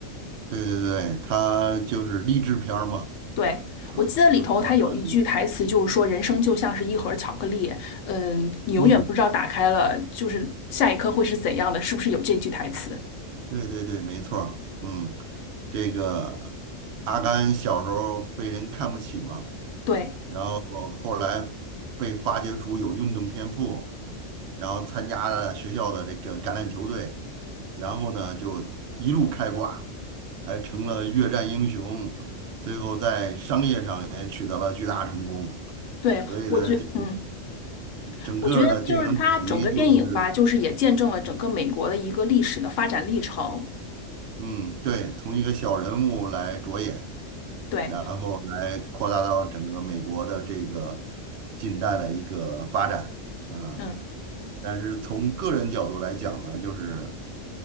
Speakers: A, on the right; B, on the left.
A: 对对对，它就是励志片儿嘛，
B: 对，
A: 说就是相当于，
B: 我记得里头它有一句台词，就是说人生就像是一盒巧克力，嗯，你永远不知道打开了就是下一刻会是怎样的，
A: 嗯。
B: 是不是有这句台词？
A: 对对对，没错儿嗯，这个阿甘小时候被人看不起嘛，
B: 对。
A: 然后后来被发掘出有运动天赋，然后参加了学校的这个橄榄球队，然后呢就一路开挂，还成了越战英雄，最后在商业上也取得了巨大成功，
B: 对，
A: 所以呢，
B: 我觉，
A: 就
B: 嗯，
A: 整个儿呢电影主题就是，
B: 我觉得就是它整个电影吧，就是也见证了整个美国的一个历史的发展历程。
A: 嗯，对，从一个小人物来着眼。
B: 对，
A: 然后来扩大到整个美国的这个近代的一个发展，嗯，
B: 嗯，
A: 但是从个人角度来讲呢，就是